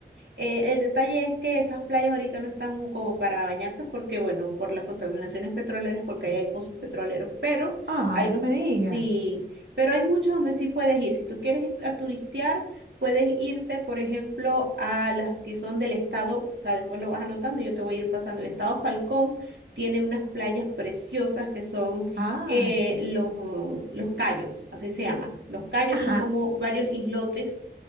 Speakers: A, on the right (about 80°); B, on the right (about 65°).
A: Eh, el detalle es que esas playas ahorita no están como para bañarse porque, bueno, por las contaminaciones petroleras, porque ahí hay pozos petroleros, pero
B: Ay,
A: hay,
B: no me digas.
A: sí, pero hay muchas donde sí puedes ir. Si tú quieres ir a turistear, puedes irte, por ejemplo, a las que son del estado, o sea, después lo vas anotando, yo te voy a ir pasando. El estado Falcón tiene unas playas preciosas que son
B: Ay,
A: eh, los, uh, los cayos, así se llaman. Los cayos
B: ajá.
A: son como varios islotes